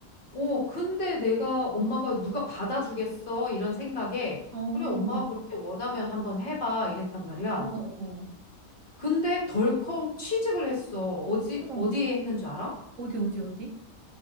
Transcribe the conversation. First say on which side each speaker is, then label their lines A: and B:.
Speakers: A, on the left; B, on the right.
A: 어, 근데 내가 엄마가 누가 받아주겠어? 이런 생각에
B: 어,
A: 그래, 엄마가 그렇게 원하면 한번 해봐. 이랬단 말이야.
B: 어, 어. 어.
A: 근데 덜컹 취직을 했어. 어디,
B: 어머,
A: 어디에 했는지 알아?
B: 어디, 어디, 어디?